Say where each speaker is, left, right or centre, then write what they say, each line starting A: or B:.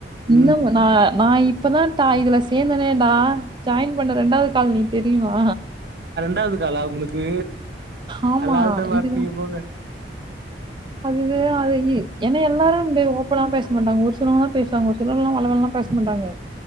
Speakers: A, on the right (about 25°); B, on the right (about 65°).
A: இன்னமு
B: ம்
A: நா நா இப்பதா டா இதுல சேந்தனேடா ஜாயின் பண்ண ரெண்டாவது கால் நீ தெரியுமா
B: டாவது காலா உங்களுக்கு
A: ஆமா
B: அல்லால்ட்ட மாட்னீங்க
A: இதுக்கு
B: போங்க
A: அது அதகி ஏன்னா எல்லாரு அப்டே ஓப்பனா பேச மாட்டாங்க ஒரு சிலவங்கதா பேசுவாங்க ஒரு சிலர்லா வல வலன்லா பேச மாட்டாங்க